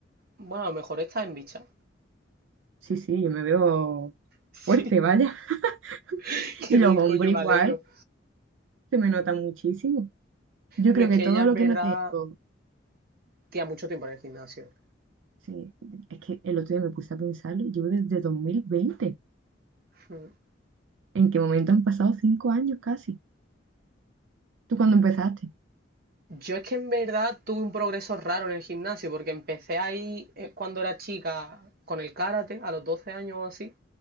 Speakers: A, on the right; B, on the right.
A: Bueno, a lo mejor estás en bicha.
B: Sí, sí, yo me veo
A: Sí,
B: fuerte, vaya.
A: <laughs>
B: <laughs>
A: qué
B: Y
A: bien,
B: los hombros
A: coño, me
B: igual,
A: alegro.
B: se me nota muchísimo. Yo
A: Bueno,
B: creo
A: es
B: que
A: que
B: todo
A: ella en
B: lo
A: verdad
B: que no tengo,
A: tía mucho tiempo en el gimnasio.
B: sí, es que el otro día me puse a pensarlo, yo desde dos mil veinte
A: Mm.
B: ¿En qué momento han pasado cinco años casi? ¿Tú cuándo empezaste?
A: Yo es que en verdad tuve un progreso raro en el gimnasio, porque empecé ahí eh, cuando era chica con el karate, a los 12 años o así,